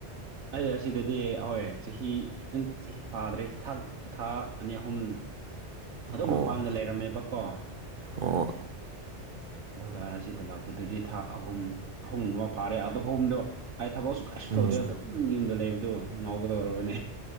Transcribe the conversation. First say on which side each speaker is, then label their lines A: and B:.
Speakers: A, on the right; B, on the right.
A: ꯑꯩ ꯑꯁꯤꯗꯗꯤ ꯑꯩꯍꯣꯏ ꯆꯍꯤ ꯪ ꯆꯍꯤ ꯐꯥꯗ꯭ꯔꯦ ꯊꯥꯛ ꯊꯥ ꯑꯅꯤ ꯑꯍꯨꯝ ꯑꯗꯨ
B: ꯑꯣ
A: ꯃꯄꯥꯟꯗ ꯂꯩꯔꯝꯃꯦꯕ ꯀꯣ
B: ꯑꯣ
A: ꯑꯗꯨꯒ ꯑꯁꯤꯗ ꯂꯥꯛꯄꯗꯨꯗꯤ ꯊꯥ ꯑꯍꯨꯝ ꯑꯍꯨꯝ ꯑꯃ ꯐꯥꯔꯦ ꯑ ꯑꯍꯨꯝꯗꯣ ꯑꯩ ꯊꯕꯛ ꯀꯩꯁꯨ
B: ꯎꯝ
A: ꯇꯧꯗꯦ ꯑꯗꯨꯝ ꯌꯨꯝꯗ ꯂꯩꯕꯗꯨ ꯉꯥꯎꯒꯗꯧꯔꯕꯅꯦ